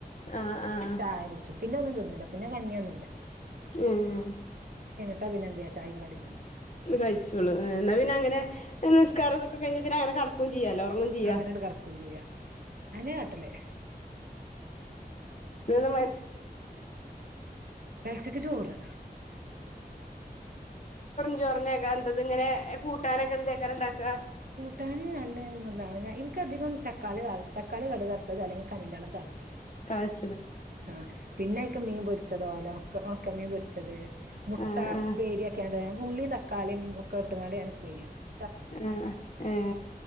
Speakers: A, on the left (about 45°); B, on the right (about 65°).
A: ആഹ് ആഹ് ആഹ്
B: ചായ കുടിച്ചും..... പിന്നെന്നും തിന്നൂലാപിന്നെ കഞ്ഞിയൊന്നുല്ല....
A: ഉം....
B: <unintelligible> വന്ന ചായി കടിതിന്ന...
A: കഴിച്ചോളു ഇന്നാ പിന്നെ അങ്ങനെ.. നിസ്... നിക്കാരംകഴിഞ്ഞ പിന്നെങ്ങനെ കടക്കും... ചെയ്യാലോ ഉറങ്ങും ചെയ്യാ
B: അങ്ങനെ കടക്കും ചെയ്യാം അതന്നെ കാട്ടല്.....
A: <unintelligible> വെറു
B: പെലച്ചക്ക് ചോറ്
A: ചോറന്നെ എന്ത ഇത് ഇങ്ങനെ കൂട്ടാനൊക്കെ എന്തൊക്കാരു ണ്ടാക്കാ..........
B: കുട്ടാൻ നല്ല എന്താണ് എനിക്കധികം തക്കാളി തക്കാളി കടുകറുത്തത് അല്ലങ്കിൽ കഞ്ഞിൻ്റെ ള്ളം താളിച്ചത്..........
A: താഴ്.......
B: ആഹ പിന്നെ............. ക്ക്മീൻ പൊരു...... ച്ചതോ ഓലക്....... ഒണക്കമ്മി പൊരിച്ചത്.......... മുട്ട
A: ആഹ് ആഹ്
B: ഇപേരിക്കെയണ്............. ഉള്ളിയും തക്കാളിയും ഒക്കെ ഇട്ട് ക്ക ണ്ട് ഞാൻ പേരിയാക്കും.......
A: ആഹ് ഏ